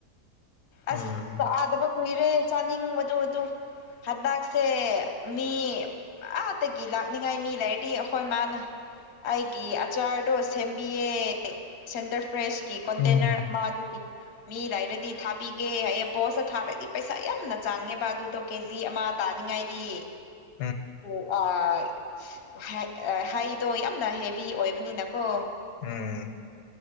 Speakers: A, on the left (about 80°); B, on the left (about 50°).
A: ꯎꯝ
B: ꯑꯁ ꯆꯥꯗꯕ ꯀꯨꯏꯔꯦ ꯆꯥꯅꯤꯡ ꯃꯇ ꯨ ꯍꯠꯕꯒꯁꯦ ꯃꯤ ꯑꯥꯗꯒꯤ ꯂꯥꯛꯅꯤꯡꯉꯥꯏ ꯃꯤ ꯂꯩꯔꯗꯤ ꯑꯩꯈꯣꯏ ꯃꯥꯅ ꯑꯩꯒꯤ ꯑꯆꯥꯔꯗꯣ ꯁꯦꯝꯕꯤꯌꯦ ꯁꯦꯟꯇꯔ ꯐ꯭ꯔꯦꯁꯀꯤ ꯀꯣꯟꯇꯦꯅꯔ
A: ꯎꯝ
B: ꯑꯃ ꯑꯗꯨꯗꯤ ꯃꯤ ꯂꯩ ꯍꯥꯏꯔꯗꯤ ꯊꯥꯕꯤꯒꯦ ꯍꯌꯦ ꯄꯣꯁ ꯊꯥꯔꯗꯤ ꯄꯩꯁꯥ ꯌꯥꯝꯅ ꯆꯥꯡꯉꯦꯕ ꯑꯗꯨꯗꯣ ꯀꯦꯖꯤ ꯑꯃ ꯇꯥꯅꯤꯉꯥꯏꯗꯤ
A: <unintelligible>
B: ꯑꯣ ꯑ ꯍꯥꯏꯗꯣ ꯌꯥꯝꯅ ꯍꯦꯚ ꯑꯣꯏꯕꯅꯤꯅꯀꯣ
A: ꯎꯝ